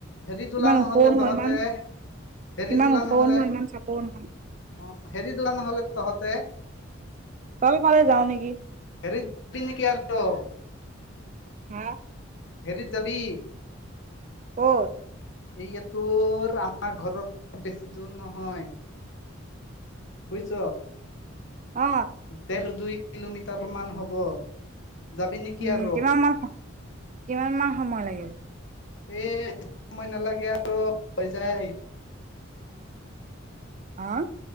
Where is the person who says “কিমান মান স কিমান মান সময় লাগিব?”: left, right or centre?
Right